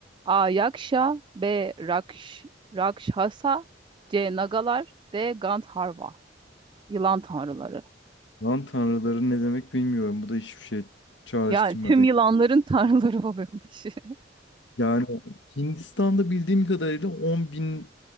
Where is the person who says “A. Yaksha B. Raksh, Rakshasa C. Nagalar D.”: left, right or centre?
Right